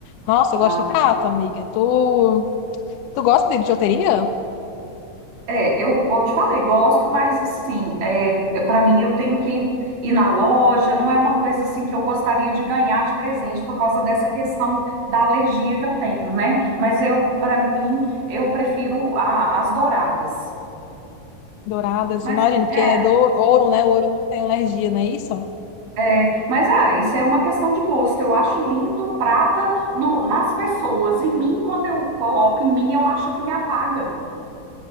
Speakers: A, on the left (about 80°); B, on the right (about 75°).
A: Nossa, eu gosto
B: Ah,
A: de prata, amiga. Tu, tu gosta de bijuteria?
B: É, eu, igual eu te falei, gosto, mas assim, é, para mim eu tenho que ir na loja, não é uma coisa assim que eu gostaria de ganhar de presente por causa dessa questão da alergia que eu tenho, né? Mas eu, para mim, eu prefiro a- as douradas.
A: Douradas,
B: Mas
A: imagino, porque
B: é,
A: é do ouro, né? O ouro não tem alergia, não é isso?
B: é, mas ah, isso é uma questão de gosto. Eu acho lindo prata no- nas pessoas. Em mim, quando eu coloco em mim, eu acho que me apaga,